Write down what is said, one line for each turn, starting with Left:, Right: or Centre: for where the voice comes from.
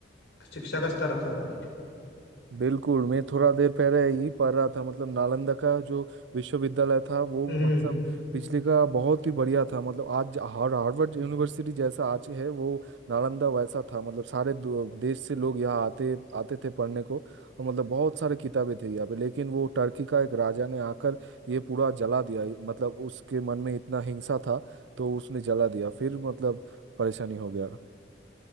Left: शिक्षा का स्तर रखा था
Right: बिल्कुल मैं थोड़ा देर पहले यही पढ़ रहा था मतलब नालंदा का जो विश्वविद्यालय था वो
Left: हम्म
Right: मतलब पिछले का बहुत ही बढ़िया था मतलब आज हार हार्वर्ड यूनिवर्सिटी जैसा आज है वो नालंदा वैसा था मतलब सारे दो- देश से लोग यहाँ आते आते थे पढ़ने को और मतलब बहुत सारे किताबें थे यहाँ पे लेकिन वो टर्की का एक राजा ने आकर ये पूरा जला दिया ये- मतलब उसके मन में इतना हिंसा था तो उसने जला दिया फिर मतलब परेशानी हो गया